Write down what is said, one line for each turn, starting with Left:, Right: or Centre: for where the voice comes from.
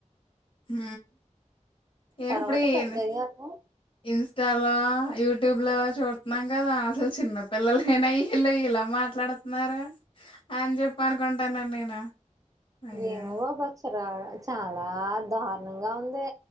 Left: హు
Right: తర్వాత
Left: ఎప్పుడ ఇయ్యని
Right: పెద్దయ్యాక
Left: ఇన్స్టలో యూ ట్యూబ్ లో చూడుతున్నాం కదా అసలు చిన్నపిల్లలేనా ఇలా మాట్లాడుతున్నారు అని చెప్ప అనుకుంటాన్నాను నేను అయ్యో
Right: ఏమో బాబు చీరా చాలా దారుణంగా ఉంది